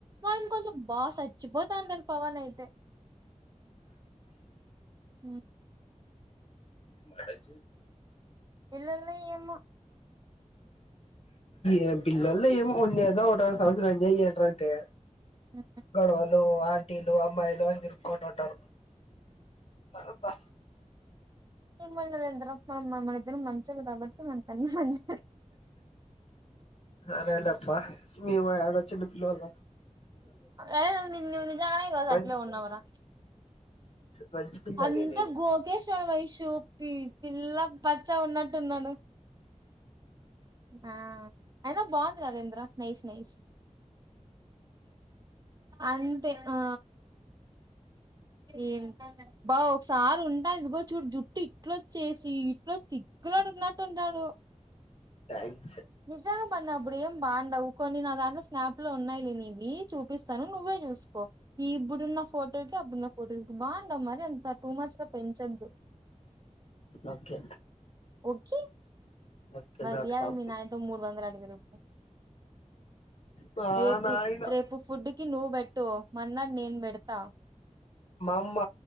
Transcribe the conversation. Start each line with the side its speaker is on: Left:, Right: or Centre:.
Right: మనం కొంచెం బాగా చచ్చిపోతా అంటనిటి పవన్ అయితే హ
Left: మ
Right: పిల్లల్ని ఏమో
Left: ఏ పిల్లల్లో ఏమో ఉన్నదే ఒకటా సమాచారం ఎంజాయ్ చేయండిరా అంటే
Right: అ
Left: గొడవలు ఆంటీలు అమ్మాయిలు అని తిరుకుంట ఉంటారు అబా
Right: మమందర మనం మన ఇద్దరం మంచిది కాబట్టి మనకున్న మంచి
Left: సరేలే అప్ప మేము ఎడ వచ్చన్న పిల్లల్ల
Right: అయ్య నిజాంగాస
Left: మంచి
Right: అట్లే ఉన్నవరా
Left: మంచి పిల్లని
Right: అంత
Left: నేను
Right: గోకేశ వాళ వైశూప్పి పిల్లా పచ్చా ఉన్నట్టున్నాను ఆ అనా బాగుంది నరేంద్ర నైస్ నైస్ అంతే ఆ ఏంత బా ఒకసారి ఉంటా ఇదిగో చూడు జుట్టు ఇట్ల వచ్చేసి ఇట్ల దిగులోడు ఉన్నట్టుంటాడు
Left: థ్యాంక్
Right: నిజంగా పన్న అప్పుడేం పాండవు కొన్ని నా దాంట్లో స్నాప్ లో ఉన్నాయి నవి చూపిస్తాను నువ్వే చూసుకో ఈ ఇప్పుడున్న ఫోటోకి అప్పుడున్న బా ఉంటావ్ మరి అంత టూ మచ్ గా పెంచద్దు
Left: ఓకే
Right: ముక్కి
Left: ఓకే
Right: మర్యాదగ
Left: నాటు పాప
Right: మీ నాయన తో మూడు వందలు అడుగు <unintelligible>
Left: మా
Right: రేపు
Left: నాయన
Right: రేపు ఫుడ్ కి నువ్వు బెట్టు మన్నాడు నేను పెడతా
Left: మా అమ్మ